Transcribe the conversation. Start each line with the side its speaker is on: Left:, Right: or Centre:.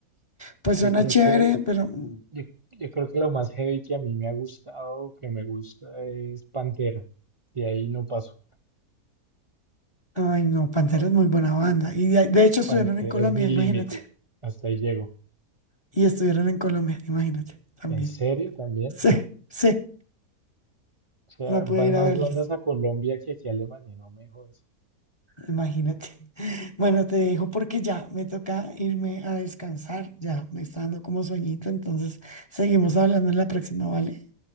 Left: pues suena
Right: Yo creo
Left: chévere,
Right: que,
Left: pero, mm,
Right: yo, yo creo que lo más heavy que a mí me ha gustado, que me gusta, es Pantera. De ahí no paso.
Left: ay no, Pantera
Right: Pa-
Left: es muy buena banda. Y de, de hecho estuvieron
Right: Pantera
Left: en Colombia,
Right: es mi límite.
Left: imagínate.
Right: Hasta ahí llego.
Left: Y estuvieron en Colombia, imagínate, también.
Right: ¿En serio también?
Left: Sí, sí,
Right: O sea,
Left: no pude
Right: van
Left: ir
Right: más
Left: a verlos,
Right: bandas a Colombia que aquí a Alemania, no me jodas.
Left: imagínate. <laughs> Bueno, te dejo porque ya me toca irme a descansar, ya me está dando como sueñito, entonces seguimos hablando en la próxima, ¿vale?